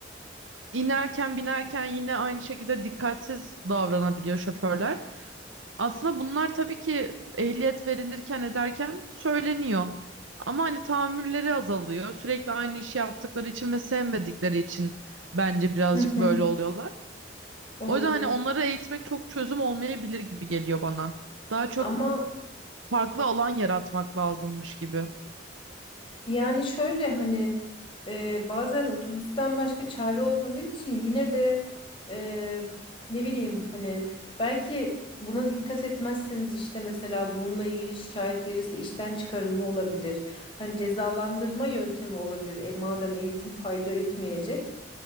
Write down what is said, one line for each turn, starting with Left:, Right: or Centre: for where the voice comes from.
Right: inerken binerken yine aynı şekilde dikkatsiz davranabiliyor şoförler. Aslında bunlar tabii ki ehliyet verilirken ederken söyleniyor. Ama hani tahammülleri azalıyor. Sürekli aynı işi yaptıkları için ve sevmedikleri için bence birazcık
Left: Hı hı.
Right: böyle oluyorlar.
Left: Olabilir.
Right: O yüzden hani onları eğitmek çok çözüm olmayabilir gibi geliyor bana. Daha çok
Left: Ama
Right: farklı alan yaratmak lazımmış gibi.
Left: Yani şöyle hani e, bazen otobüsten başka çare olmadığı için yine de e, ne bileyim hani belki buna dikkat etmezseniz işte mesela bununla ilgili şikayet gelirse işten çıkarılma olabilir. Hani cezalandırma yöntemi olabilir. E, madem eğitim fayda etmeyecek.